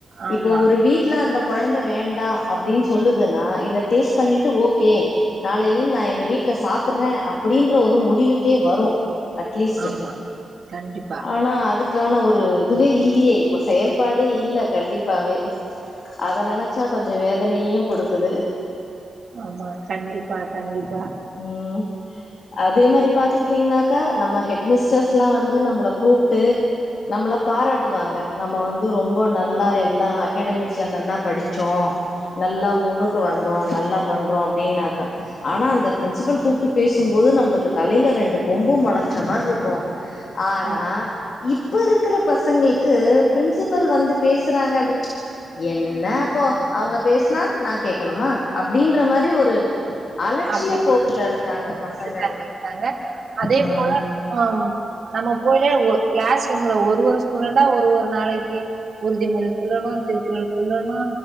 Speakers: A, on the right (about 55°); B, on the left (about 65°).
A: ஆமா
B: இப்போ
A: ஆமா
B: ஒரு வீட்ல அந்த கொழந்த வேண்டா அப்டின் சொல்லுதுன்னா இத டேஸ்ட் பண்ணிட்டு ஓகே நாளைலேந் நா எங்க வீட் ட்டுல சாப்பிட்ற அப்டின்ற ஒரு முடிவுக்கே வரு அட்லீஸ்ட்டு
A: ஆமா ஆமா கண்டிப்பா
B: ஆனா அதுக் க்கான ஒரு இதுவே இல்லியே இப்போ செயல்பாடே இல்ல கண்டிப்பாவே அத நெனச்சா கொஞ்சோ வேதனயையு குடுக்குது
A: ஆமா கண்டிப்பா கண்டிப்பா
B: ம் அதே மாரி பாத்துக்கிட்டீங்னாக்கா நம்ம ஹெட்மிஸ்டர்ஸ் லா வந்து நம்பள கூப்ட்டு நம்ள பாராட்டுவாங்க நம்ம வந்து ரொம்ப நல்லா
A: ஆமா
B: எல்லா அகடமிக்ஸ்ல நல்லா படிச்சோ நல்லா முன்னுக்கு வந்தோ நல்லா பண்றோ அப்டின்னாக்கா ஆனா அந்த பிரின்சிபல் கூப்ட்டு பேசும்போது நம்ளுக்கு தலைல ரெண்டு கொம்பு மொளைச்ச மாரி இருக்கு ஆனா
A: ஆமா
B: இப்ப இருக்கிற பசங்களுக்கு பிரின்சிபல் வந்து பேசுறாங்க என்ன போ அவங்க பேசுனா நா கேக்கணுமா அப்டின்ற மாரி ஒரு அலச்சிய
A: அப்டின்னு
B: போக்குல இருக்காங்க பசங்கள்லா
A: இருக்காங்க அதே
B: ம்
A: போல அம் நம்ம போயில ஒ க்ளஸ் ரூம்ல ஒரு ஒரு ஸ்டூடெண்டா ஒரு ஒரு நாளைக்கி உறுதிமொழி சொல்லணு திருக்குறள் சொல்லணு